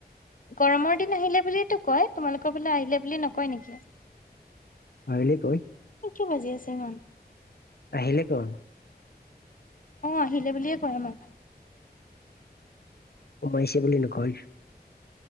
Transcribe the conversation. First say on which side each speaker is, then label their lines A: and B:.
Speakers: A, on the left; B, on the left.
A: গৰমৰ দিন আহিলে বুলিয়ে টো কয় তোমালোকৰ বোলে আহিলে বুলি নকয় নেকি?
B: আহিলে কয়।
A: কি বাজি আছে ইমান?
B: আহিলে কওঁ।
A: আহ আহিলে বুলিয়ে কয় আমাৰ
B: সোমাইছে বুলি নকয়।